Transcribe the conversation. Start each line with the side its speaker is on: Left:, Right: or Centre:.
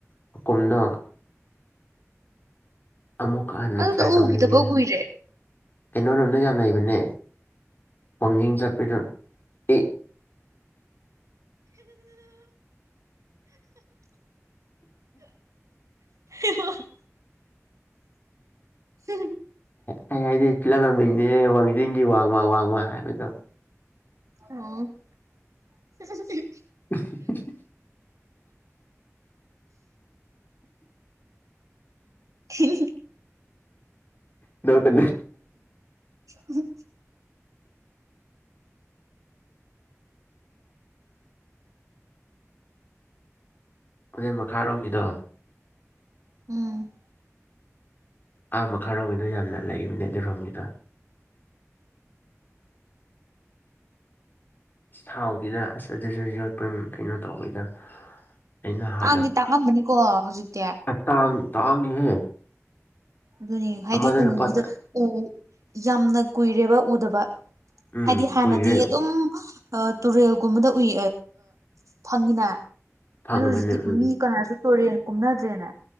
Left: ꯄꯀꯨꯝꯗꯣ ꯑꯃꯨꯛꯀ ꯍꯟꯅ
Right: ꯑꯗꯨꯗꯣ
Left: ꯇ꯭ꯔꯥꯏ ꯇꯧꯅꯤꯡꯉꯦ
Right: ꯎꯈꯤꯗꯕ ꯀꯨꯏꯔꯦ
Left: ꯀꯩꯅꯣꯔꯣꯝꯅ ꯌꯥꯝꯝ ꯂꯩꯏꯕꯅꯦ ꯄꯣꯡꯖꯤꯡ ꯀꯄꯤꯇꯣꯟ ꯑꯦ
Right: ꯎ ꯍ ꯍ
Left: ꯑꯩ ꯍꯥꯏꯗꯤ ꯐꯤꯂꯝ ꯑꯃꯅꯤꯡꯅꯦꯍꯦ ꯋꯥꯡꯖꯤꯡꯒꯤ ꯋꯥꯡꯃꯥ ꯋꯥꯡꯃꯥ ꯍꯥꯏꯕꯗꯣ
Right: ꯑꯣ <inaudible>
Left: <inaudible>
Right: ꯎ
Left: ꯅꯣ ꯀ
Right: ꯎ
Left: ꯑꯗꯨꯗꯦꯟ ꯃꯈꯥꯔꯣꯝꯒꯤꯗꯣ
Right: ꯎꯝ
Left: ꯑꯥ ꯃꯈꯥꯔꯣꯝꯒꯤꯗꯣ ꯌꯥꯝꯅ ꯂꯩꯕꯅꯦ ꯑꯗꯨ ꯔꯣꯝꯒꯤꯗꯣ ꯊꯥꯎꯗꯨꯗ ꯑꯁ ꯑꯗꯨꯁꯨ ꯌꯣꯠꯄ ꯀꯩꯅꯣ ꯇꯧꯋꯤꯗ ꯑꯩꯅ ꯍꯥꯟꯅ
Right: ꯇꯥꯡꯗꯤ ꯇꯥꯡꯉꯝꯕꯅꯤꯀꯣ ꯍꯧꯖꯤꯛꯇꯤ
Left: ꯇꯥꯡ ꯇꯥꯡꯉꯤꯍꯦ
Right: ꯑꯗꯨꯅꯤ ꯍꯥꯏꯗꯤ
Left: ꯑꯃꯗ
Right: ꯎꯒꯤꯗ
Left: ꯂꯨꯄꯥ
Right: ꯎ ꯌꯥꯝꯅ ꯀꯨꯏꯔꯦꯕ ꯎꯗꯕ
Left: ꯎꯝ
Right: ꯍꯥꯏꯗꯤ ꯍꯥꯟꯅꯗꯤ
Left: ꯀꯨꯏꯔꯦ
Right: ꯑꯗꯨꯝ ꯇꯨꯔꯦꯜꯒꯨꯝꯕꯗ ꯎꯏ ꯐꯪꯉꯤꯅ
Left: ꯐꯪꯕꯅꯦ
Right: ꯑꯗꯨꯣ ꯍꯧꯖꯤꯛꯇꯤ
Left: ꯎꯝ
Right: ꯃꯤ ꯀꯅꯥꯁꯨ ꯇꯔꯤꯦ ꯀꯨꯝꯅꯗ꯭ꯔꯦꯅꯦ